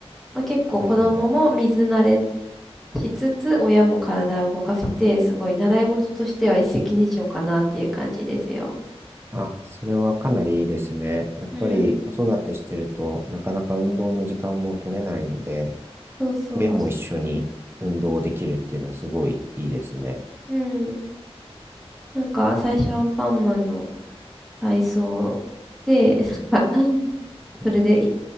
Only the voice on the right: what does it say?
はいはい。
あ、それはかなりいいですね。やっぱり子育てしてると、
なかなか運動の時間も取れないので、
親も一緒に運動できるっていうのはすごいいいですね。
うん。